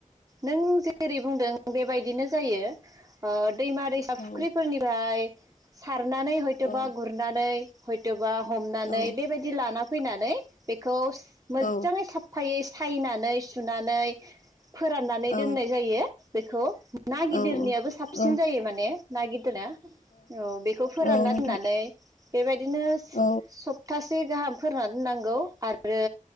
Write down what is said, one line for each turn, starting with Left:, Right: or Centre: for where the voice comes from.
Right: नों जेरै बुंदों बेबायदिनो जायो ओ दैमा दैसा
Left: औ
Right: फ्रुख्रिफोरनि भाय साद गुरनानै हयथबा
Left: औ
Right: गुरनानै हयथबा हमनानै
Left: औ
Right: बेबायदि लाना फैनानै नै बेखौस मोजांयै
Left: औ
Right: साफ साफायै सायनानै सुनानै फोराननानै दोननाय
Left: औ
Right: जायो। बेखो ना गिदिरनियाबो
Left: औ
Right: साबसिन
Left: औ
Right: जायो माने नागिदोना औ बेखौ फोरानना
Left: औ नोंथां
Right: दोननानै बेबायदिनो
Left: औ
Right: सप्तासे गाहाम फोरनानै नांगौ आरो